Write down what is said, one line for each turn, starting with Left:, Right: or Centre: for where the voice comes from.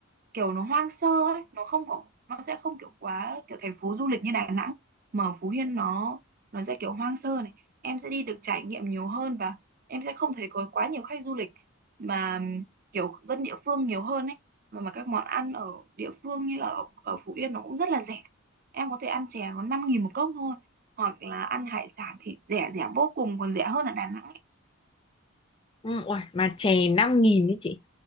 Right: kiểu nó hoang sơ ấy nó không có nó sẽ không kiểu quá kiểu thành phố du lịch như Đà Nẵng mà ở Phú Yên nó nó sẽ kiểu hoang sơ này em sẽ đi được trải nghiệm nhiều hơn và em sẽ không thấy có quá nhiều khách du lịch mà kiểu dân địa phương nhiều hơn ấy mà, mà các món ăn ở địa phương như ở ở Phú Yên nó cũng rất là rẻ em có thể ăn chè có năm nghìn một cốc thôi hoặc là ăn hải sản thì rẻ rẻ vô cùng còn rẻ hơn ở Đà Nẵng ấy.
Left: ừ, uầy, mà chè 5.000 đấy chị